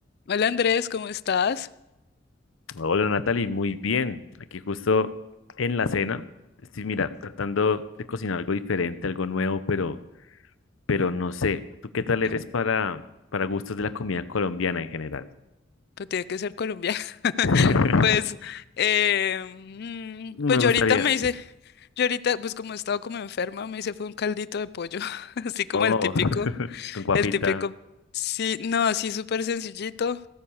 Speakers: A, on the left (about 55°); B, on the left (about 80°).
A: Hola Andrés, ¿cómo estás?
B: Hola Natalie, muy bien. Aquí justo en la cena. Estoy, mira, tratando de cocinar algo diferente, algo nuevo, pero, pero no sé. ¿Tú qué tal eres
A: Mm,
B: para, para gustos de la comida colombiana en general?
A: Pues tiene que ser colombiano. <laughs>
B: <laughs>
A: Pues, eh, mm,
B: Me
A: pues yo
B: gustaría.
A: ahorita me hice, yo ahorita, pues como he estado como enferma, me hice fue un caldito de pollo, <laughs> así como
B: Oh,
A: el típico,
B: <laughs> con guapita.
A: el típico, sí, no, así súper sencillito,